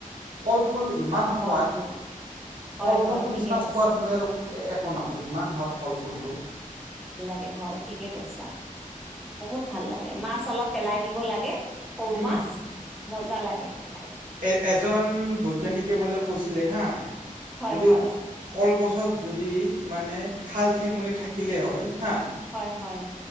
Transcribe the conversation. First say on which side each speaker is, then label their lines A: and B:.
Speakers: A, on the right; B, in the centre.
A: কল ফুল ইমান
B: অ',
A: সোৱাদ
B: কলফুল হয়
A: কল
B: হয়
A: ফুলটোৰ
B: ঠিকে
A: নিচিনা
B: কৈছা
A: সোৱাদ মই আৰু একো নাপাওঁ। ইমান সোৱাদ কল ফুলটো।
B: ত হয় ঠিকে কৈছা বহুত ভাল লাগে মাছ অলপ পেলাই দিব লাগে সৰু মাছ,
A: উম,
B: মজা লাগে খাই।
A: এ এজন বৈজ্ঞানিকে বোলে কৈছিলে হা।
B: হয়
A: যদি
B: হয়
A: কল কল গছত যদি মানে ঠাল ঠেঙুলি থাকিলে হয় হা
B: হয়, হয়।